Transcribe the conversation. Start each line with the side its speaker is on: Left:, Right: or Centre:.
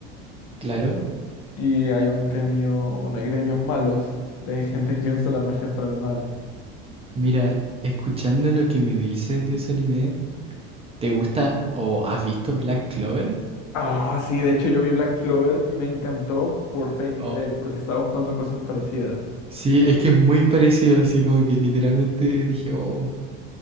Right: Claro.
Left: Y hay un gremio, bueno, hay gremios malos de gente que usa la magia para el mal.
Right: Mira, escuchando lo que me dices de ese anime, ¿te gusta o has visto Black Clover?
Left: Ah, sí, de hecho yo vi Black Clover y me encantó por Fairy
Right: O...
Left: Tail porque estaba buscando cosas parecidas.
Right: Sí, es que es muy parecido, así como que literalmente dije, oh,